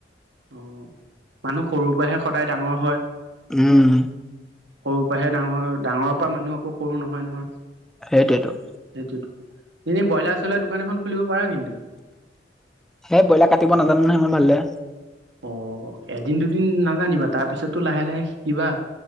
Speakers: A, on the right; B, in the centre.
A: অ মানুহ সৰুৰ পৰাহে সদায় ডাঙৰ হয়।
B: উম।
A: সৰুৰ পৰাহে ডাঙৰ হয় ডাঙৰ পৰা মানুহ আকৌ সৰু নহয় নহয়।
B: সেইটোৱেইটো।
A: এনে ব্ৰইলাৰ চইলাৰ দোকান এখন খুলিব পাৰা কিন্তু।
B: হেই ব্ৰইলাৰ কাটিব নাজানো নহয় ইমান ভাল দৰে।
A: অ এদিন দুদিন নাজানিবা তাৰ পিছতো লাহে লাহে শিকিবা।